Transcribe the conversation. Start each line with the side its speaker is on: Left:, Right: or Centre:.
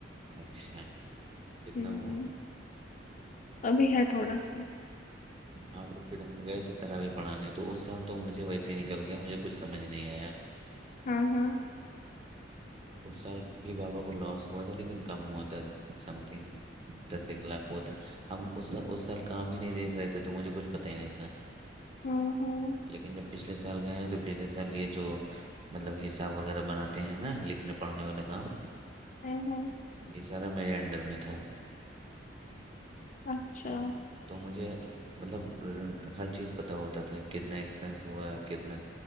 Right: اچھا کتنا
Left: ہوں
Right: ہوا
Left: ابھی ہے تھوڑا سا
Right: ہاں تو پھر ہم گئے تھے سر ابھی پڑھانے تو اس سال تو مجھے ویسے ہی نکل گیا مجھے کچھمجھ نہیں آیا <unintelligible>
Left: ہاں ہاں
Right: اس سال بھی بابا کو لاس ہوا تھا لیکن کم ہوا تھا سم تھنگ دس ایک لاکھ ہوا تھا ہم اس اس سال کام ہی نہیں دیکھ رہے تھے تو مجھے کچھ پتا ہی نہیں تھا
Left: ہوں ہوں
Right: لیکن جب پچھلے سال گئے ہیں تو پچھلے سال یہ جو مطلب حساب وغیرہ بناتے ہیں نا لکھ پڑھنے والا کام <unintelligible>
Left: ہمم ہمم
Right: یہ سارا میرے انڈر میں تھا
Left: اچھا
Right: تو تو مجھے مطلب ہر چیز پتہ ہوتا تھا کتنا ایکسپینس ہوا ہے کتنا